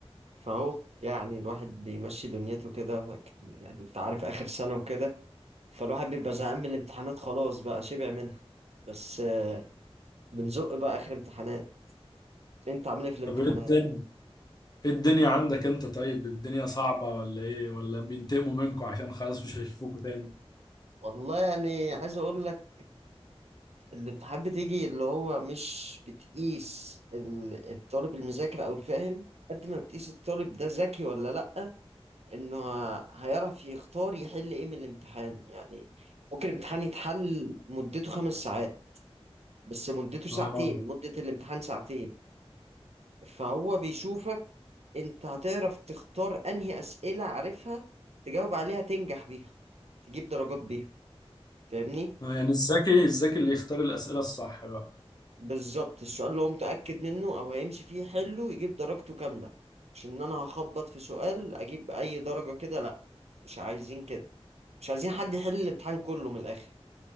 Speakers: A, on the right; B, on the left.
A: فأهو يعني الواحد بيمشي دنيته كده يعني أنت عارف آخر سنة وكده فالواحد بيبقى زهقان من الامتحانات خلاص بقى شبع منها بس آه، بنزق بقى آخر امتحانات أنت عامل إيه في الامتحانات؟
B: طب ايه الدنيا ايه الدنيا عندك انت طيب الدنيا صعبة ولا ايه ولا بينتقموا منكوا عشان خلاص مش هيشوفوكوا تاني
A: والله يعني عايز أقول لك الامتحان بتيجي اللي هو مش بتقيس ال- الطالب المذاكر او الفاهم قد ما بتقيس الطالب ده ذكي ولا لأ انه ه- هيعرف يختار يحل ايه من الامتحان يعني ممكن الامتحان يتحل مدته خمس ساعات بس مدته ساعتين
B: اه
A: مدة الامتحان ساعتين فهو بيشوفك انت هتعرف تختار انهي اسئلة عارفها تجاوب عليها تنجح بيها تجيب درجات بيها فاهمني
B: آه، يعني الذكي الذكي اللي يختار الأسئلة الصح بقى
A: بالظبط السؤال اللي هو متأكد منه أو هيمشي فيه حله يجيب درجته كاملة مش إن أنا هخبط في سؤال أجيب أي درجة كده لأ مش عايزين كده مش عايزين حد يحل الامتحان كله من الآخر